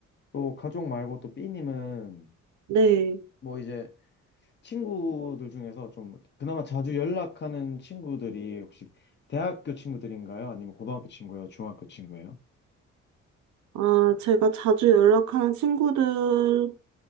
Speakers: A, on the left; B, on the right.
A: 또 가족 말고 또 B님은
B: 네.
A: 뭐 이제 친구들 중에서 좀 그나마 자주 연락하는 친구들이 혹시 대학교 친구들인가요? 아니면 고등학교 친구예요? 중학교 친구예요?
B: 아, 제가 자주 연락하는 친구들,